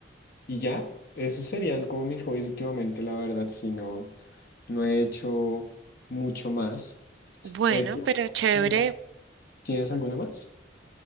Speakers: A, on the left; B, on the right.
A: y ya, esos serían como mis hobbies últimamente, la verdad, si no, no he hecho mucho más.
B: Bueno,
A: Eh, ¿tú aparte
B: pero chévere.
A: de bailar, tienes alguno más?